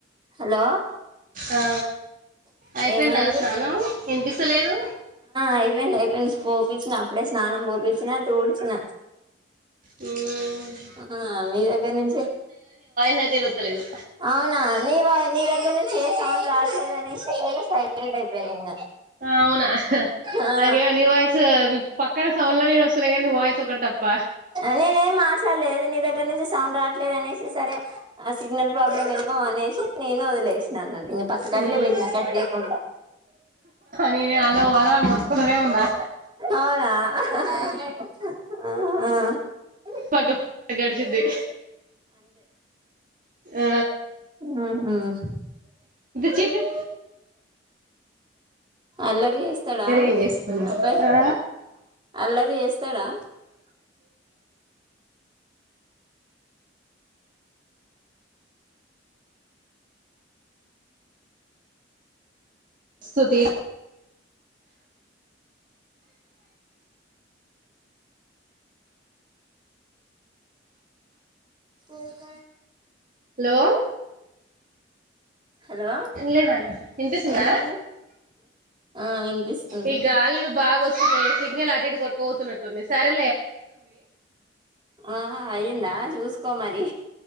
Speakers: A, on the right (about 25°); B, on the right (about 45°).
A: హలో.
B: ఆ. అయిపోయిందా
A: ఏమైంది
B: స్నానం ఇన్‌పీస్? తా లేదు.
A: అయిపోయింది, అయిపోయింది. పోపిచ్చినప్పుడే స్నానం పోపిచ్చినా. తోలిచ్చిన.
B: హ్మ్.
A: ఆ, ఆ మీ దగ్గర నుంచే.
B: చాట్‌జీపీ ఓతలేదు.
A: అవునా, నీ వాయి <unintelligible> నీ దగ్గర నుంచే. ఏ సౌండ్ రాటలేదు అనేశే, నేను సైలెంట్ అయిపోయిన ఇంగ.
B: అవునా ఆహ హ,
A: ఆ
B: నాకేమో నీ వాయిస్ఉ వీప. పక్కన సౌండ్లని వస్తున్నాయి కానీ నీ వాయిస్ ఒకటి తప్ప
A: నేనే ఏం మాట్లాడలేదు నీదగ్గర దగ్గర నుంచి సౌండ్ రావట్లేదు అనేసి సరే ఆ సిగ్నల్ ప్రాబ్లమ్ ఏమో అనేసి నేను వదిలేసానుంట పక్క కట్లే
B: ఉమ్
A: పోయిట్ కట్లేకు ఉంటా
B: నేనే హలో హలో అనీ మొతుకుంటానే ఉన్నా
A: అవునా ఆ
B: పట్టు గడిచిది ఆ
A: హామ్
B: చిప్పురు
A: అల్లరి చేస్తాడా
B: ఏం చేసుకొనిరు
A: అబ్బాయి
B: ఆ
A: అల్లరి చేస్తాడా
B: స్తుతి
A: ఏకడ
B: హలో
A: హలో
B: లేదండి వినిపిస్తుందా
A: ఏమైంది ఆ వినిపిస్తుంది
B: ఈ గాలులు బాగా వస్తున్నాయి సిగ్నల్ అటు ఇటు కొట్టుక పోతున్నట్టుంది సరే
A: ఆ అయిందా చూస్ వేసుకోమరి